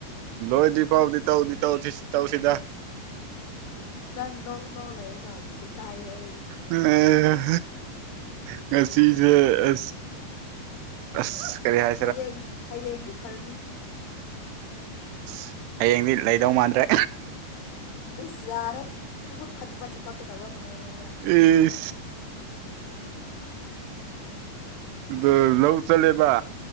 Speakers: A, on the right; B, on the left.
A: ꯂꯣꯏꯗ꯭ꯔꯤ ꯐꯥꯎꯗꯤ ꯇꯧꯗꯤ ꯇꯧꯁꯤ ꯇꯧꯁꯤꯗ
B: ꯅꯪ ꯅꯣꯛ ꯅꯣꯛ ꯂꯩꯔꯒ ꯏꯀꯥꯏꯌꯦ ꯑꯩ
A: ꯑ ꯉꯁꯤꯁꯦ ꯑ ꯑꯁ ꯀꯔꯤ ꯍꯥꯏ
B: ꯍꯌꯦꯡ ꯍꯌꯦꯡꯗꯤ ꯐꯔꯅꯤ
A: ꯑꯁ ꯍꯌꯦꯡꯗꯤ ꯂꯩꯗꯧ ꯃꯥꯟꯗ꯭ꯔꯦ
B: ꯏꯁꯁ ꯌꯥꯔꯦ ꯊꯕꯛ ꯐꯠꯇꯕ ꯊꯕꯛꯇꯨ ꯇꯧꯔꯛꯀꯅꯨ ꯑꯩꯉꯣꯟꯗ
A: ꯎꯝ ꯑ ꯂꯧ ꯆꯠꯂꯦꯕ